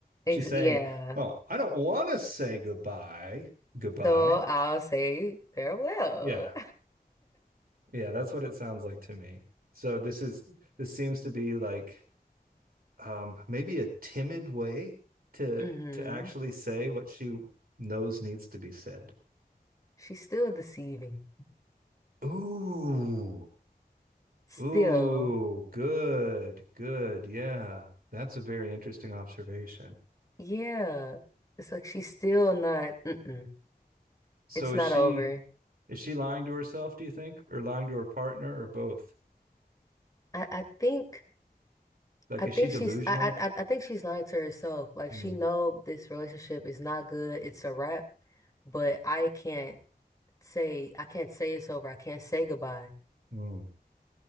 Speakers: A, on the right; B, on the left.
A: She's
B: Ex
A: saying,
B: yeah.
A: "Oh, I don't want to say goodbye, goodbye."
B: So I'll say farewell.
A: Yeah. Yeah, that's what it sounds like to me. So this is this seems to be like um, maybe a timid way to
B: <laughs> hmm
A: to actually say what she knows needs to be said.
B: She's still deceiving.
A: Ooh,
B: Still.
A: ooh, good, good. Yeah, that's a very interesting observation.
B: Yeah. It's like she's still not, mm-mm.
A: So
B: It's
A: is
B: not
A: she
B: over.
A: is she lying to herself, do you think, or lying to her partner, or both?
B: I, I think.
A: Like,
B: I
A: is
B: think
A: she delusional?
B: she's I, I I I think she's lying to herself. Like
A: Hmm.
B: she know this relationship is not good, it's a wrap, but I can't say I can't say it's over. I can't say goodbye.
A: hmm,